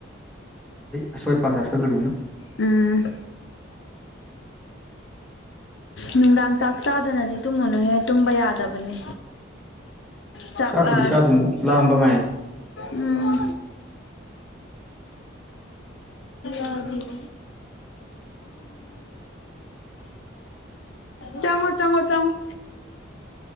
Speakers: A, in the centre; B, on the left (about 70°).
A: ꯑꯁꯣꯏ ꯑꯄꯥ ꯆꯥꯁꯤꯜꯂꯨꯕꯅꯤꯅ
B: ꯎꯝ ꯅꯨꯡꯗꯥꯡ ꯆꯥꯛ ꯆꯥꯗꯅꯗꯤ ꯇꯨꯝꯃꯨꯅꯨꯍꯦ ꯇꯨꯝꯕ ꯌꯥꯗꯕꯅꯤ ꯆꯥꯛꯂ
A: ꯆꯥꯛꯄꯨꯗꯤ ꯆꯥꯗꯣꯏꯅꯤ ꯂꯥꯝꯕ ꯉꯥꯏꯔꯤ
B: ꯎꯝ ꯎꯝ <unintelligible> ꯆꯉꯣ ꯆꯉꯣ ꯆꯉꯣ